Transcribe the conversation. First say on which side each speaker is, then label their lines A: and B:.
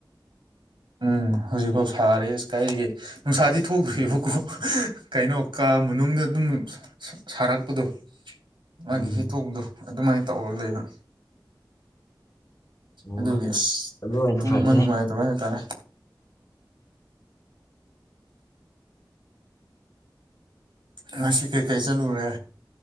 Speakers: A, on the right; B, on the left.
A: ꯎꯝ ꯍꯧꯖꯤꯛꯐꯥꯎ ꯁꯥꯔꯦ ꯑꯁ ꯀꯥꯏꯔꯤꯒꯦ ꯅꯨꯡꯁꯥꯗꯤ ꯊꯣꯛꯇ꯭ꯔꯤꯑꯕꯀꯣ ꯀꯩꯅꯣ ꯀꯥ ꯃꯅꯨꯡꯗ ꯑꯗꯨꯝ ꯁꯥꯔꯛꯄꯗꯣ ꯃꯥꯒꯤ
B: ꯎꯝ
A: ꯍꯤꯇꯣꯡꯗꯣ ꯑꯗꯨꯃꯥꯏꯅ ꯇꯧꯔ ꯂꯩꯕ
B: ꯑꯣ
A: ꯑꯗꯨꯒꯤ ꯑꯁ
B: ꯑꯗꯨ ꯑꯣꯏꯅ
A: ꯇꯨꯝꯕ
B: ꯐꯔꯦꯅꯦ
A: ꯅꯨꯡꯉꯥꯏꯇꯕ ꯍꯥꯏꯇꯥꯔꯦ ꯉꯁꯤ ꯀꯩꯀꯩ ꯆꯠꯂꯨꯔꯦ